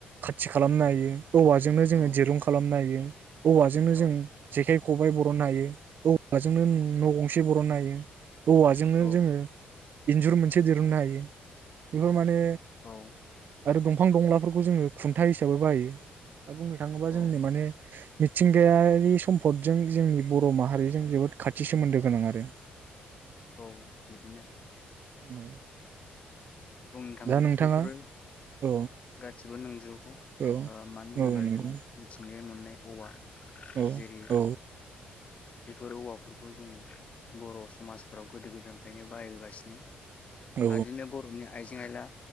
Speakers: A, on the right (about 55°); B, on the left (about 35°).
A: खाथि खालामनो हायो। औवाजोंनो जोङो
B: औ
A: दिरुं खालामनो हायो। औवाजोंनो
B: औ
A: जों सेन खबाय बरननो हायो। औवाजोंनो न' गंसे बरननो हायो। औवाजोंनो
B: औ
A: जोङो इन्जुर मोनसे दिरुननो हायो बेफोर माने
B: औ
A: <inaudible> आरो दंफां दंलाफोरखौ जोङो खुन्था हिसाबै बाहायो। दा बुंनो थाङोब्ला
B: औ
A: जोंनो माने मिथिंगायारि सम्प सम्पदजों जोंनि बर माहारिजों जोबोद खाथि सोमोन्दो गोनां आरो।
B: औ बिदिनो।
A: औ।
B: बुंनो थाङोब्ला
A: दा नोंथाङा
B: बेफोरो
A: औ
B: गासिबो नोंजोब खौ
A: औ
B: मानो होनबा
A: औ नंगौ
B: जों मिथिंगाया मोन नाय औवा
A: औ
B: जेरै
A: औ
B: बेफोर औवाफोरखौ जोंङो। बर' समाजफोराव गोदो गोदायनिफ्रायनो बाहायबोगासिनो।
A: औ
B: बादिनो बर'नि आइजें आयला